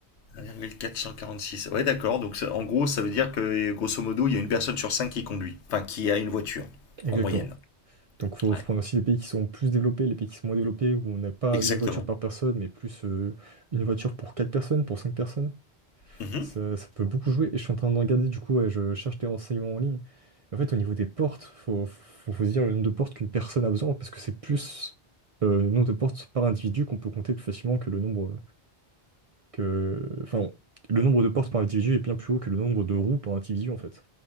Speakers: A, on the left; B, on the right.
A: 1,446. Ouais, d'accord. Donc, ça- en gros, ça veut dire que, grosso modo, il y a une personne sur cinq qui conduit. Enfin, qui a une voiture,
B: Exactement.
A: en moyenne.
B: Donc, il faut,
A: Ouais.
B: faut prendre aussi les pays qui sont plus développés, les pays qui sont moins développés, où on n'a pas
A: Exactement.
B: une voiture par personne, mais plus euh, une voiture pour 4 personnes, pour 5 personnes.
A: Mhm.
B: Ça, ça peut beaucoup jouer. Et je suis en train de regarder, du coup, ouais, je cherche des renseignements en ligne. En fait, au niveau des portes, faut, faut, faut se dire le nombre de portes qu'une personne a besoin, parce que c'est plus euh, le nombre de portes par individu qu'on peut compter plus facilement que le nombre que. Enfin, le nombre de portes par individu est bien plus haut que le nombre de roues par individu, en fait.